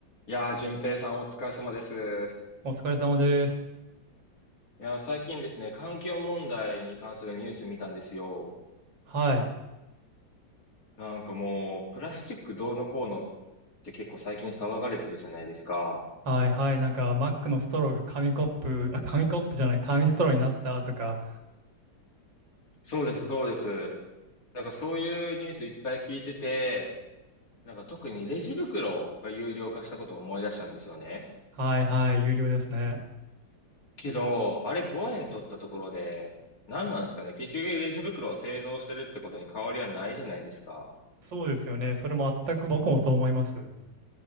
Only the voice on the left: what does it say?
いやー、淳平さんお疲れ様です。い
やー、最近ですね、環境問題に関するニュース見たんですよ。
なんかもう、プラスチックどうのこうのって結構最近騒がれてるじゃないですか。
そうです、そうです。なんかそういうニュースいっぱい聞いてて、なんか特にレジ袋が有料化したことを思い出したんですよね。
けど、あれ5円取ったところで、何なんですかね。結局レジ袋を製造してるってことに変わりはないじゃないですか。